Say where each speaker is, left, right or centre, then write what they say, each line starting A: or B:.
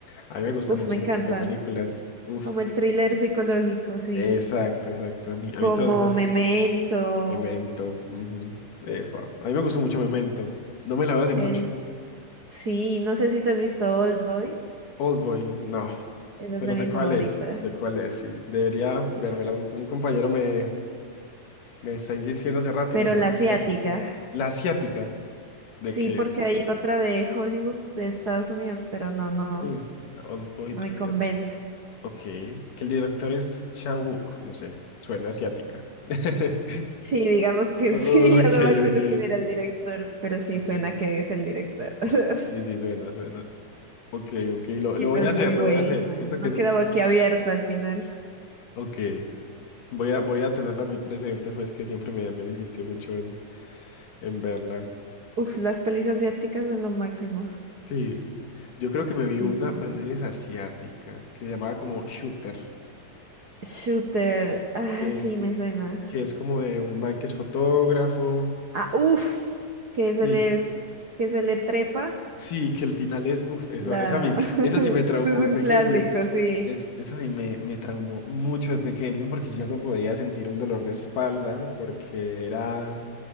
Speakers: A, on the left (about 65°); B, on the right (about 60°).
A: A mí me gustan
B: uf,
A: mucho
B: me encantan.
A: ese tipo de películas. Uf.
B: Como el thriller psicológico, sí.
A: Exacto, exacto. A mí, a
B: Como
A: mí todas esas
B: Memento.
A: me gustan. Memento. ujú. Epa. A mí me gustó mucho Memento. No me la veo hace mucho.
B: En... Sí, no sé si te has visto Old Boy.
A: Oldboy, no.
B: Esa
A: Pero
B: es de
A: sé
B: mis
A: cuál
B: favoritas.
A: es, sé cuál es, sí. Debería
B: Uf.
A: vérmela. Un, un compañero me, me está insistiendo hace rato
B: Pero
A: y no sé
B: la
A: por
B: asiática.
A: qué no. La asiática, de
B: Sí,
A: que.
B: porque hay otra de Hollywood, de Estados Unidos, pero no, no,
A: Sí. Oldboy
B: no
A: la
B: me
A: asiática.
B: convence.
A: Ok. Que el director es Chan Wook, no sé. Suena asiática. <laughs>
B: Sí, digamos que
A: O- o-
B: sí, <laughs>
A: Ok,
B: ya no me acuerdo
A: ok.
B: quién era el director, pero sí
A: Ok.
B: suena que es el director. <laughs>
A: Sí, sí, suena, suena. Ok, ok,
B: Sí,
A: lo,
B: esa
A: lo voy
B: es
A: a hacer,
B: muy buena.
A: lo voy a hacer. Siento que
B: No
A: es
B: quedaba
A: un...
B: aquí abierto al final.
A: Ok, voy a, voy a tenerla muy presente, pues que siempre me, me han insistido mucho en, en verla.
B: Uf, las pelis asiáticas son lo máximo.
A: Sí, yo creo que me
B: Sí.
A: vi una, pero no sé si es asiática, que se llamaba como Shooter,
B: Shooter. Ah,
A: que
B: sí,
A: es,
B: me suena.
A: que es como de un man que es fotógrafo.
B: Ah, uf, que
A: Sí,
B: se les, que se le trepa
A: sí, que el final es... uff, eso,
B: la.
A: eso a mí,
B: <laughs> Ese
A: eso sí me traumó
B: es un
A: de pequeño.
B: clásico, sí.
A: Eso, eso a mí me, me traumó mucho de pequeño porque yo ya no podía sentir un dolor de espalda porque era...